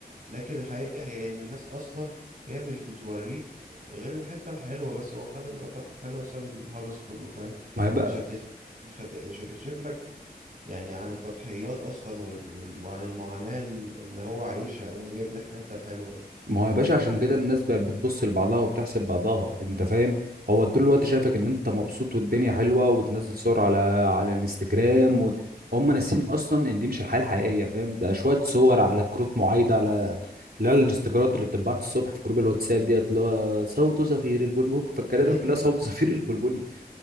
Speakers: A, on the right; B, on the right.
A: لكن الحقيقة هي إن الناس أصلا هي مش بتوريك غير الحتة الحلوة بس هو خد اللقطة الحلوة وساب الهجس كله فاهم
B: ما هي بقى
A: مش هتش... مش هت... مش هتكشف لك يعني عن التضحيات أصلا وال... وال... وعن المعاناة اللي هو عايشها هو جايب لك الحتة الحلوة بس
B: ما هو يا باشا عشان كده الناس بقت بتبص لبعضها وبتحسب بعضها انت فاهم هو طول الوقت شايفك ان انت مبسوط والدنيا حلوه وبتنزل صور على على الانستجرام و... هم ناسين اصلا ان دي مش الحياه الحقيقيه فاهم ده شويه صور على كروت معايده على لا الاستيكرات اللي بتتبعت الصبح في جروب الواتساب ديت اللي هو صوت صفير البلبل فالكلام
A: <laughs>
B: ده كلها صوت صفير البلبلي